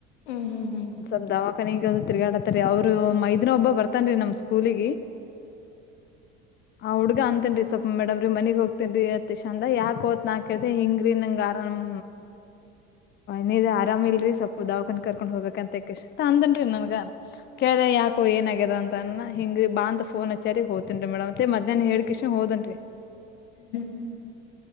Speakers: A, on the left; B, on the left.
A: ಹ್ಮ್ ಹ್ಮ್ ಹ್ಮ್
B: ಸ್ವಪ ದವಖಾನಿ ಒಂದು ತಿರ್ಗಾಡತಾರಿ ಅವ್ರು ಮೈದಿನ ಒಬ್ಬ ಬರ್ತನ್ರಿ ನಮ್. ಕೂಲಿಗ ಆ ಹುಡ್ಗ ಅಂತೇನ್ ರಿ ಸ್ವಲ್ಪ ಮೇಡಮ್ರೀ ಮನಗ್ ಹೋಗ್ತೇನ್ ರಿ. ಚಂದ ಯಾಕೋ ಅಂತ ನಾ ಕೇಳ್ದ ಹಿಂಗ್ರಿ ನಂಗ ಆರಾಮ್. ನೀ ಆರಾಮ ಇಲ್ರಿ ಸ್ವಲ್ಪ ದಾವಖನಿಗ ಕರ್ಕೊಂಡ್ ಹೋಗ್ಬೇಕು. ಅಂದಂಗ ನನ್ಗ ಕೇಳ್ದ ಯಾಕೋ ಏನ ಆಗ್ಯದ ಅಂತ. ಹಿಂಗಿ ರಿ ಬಾ ಅ ಫೋನ್ ಹಾರಿ ಹೋತೇನ್ ರ ಮೇಡ್ ಮತ್ತ ಮಧ್ಯಾಹ್ನ ಹೆಲಿಸ್ಕ್ಯಾನ್ ಹೋದೇನ್ರಿ.
A: ಹ್ಮ್ ಹ್ಮ್ ಹ್ಮ್ ಹ್ಮ್.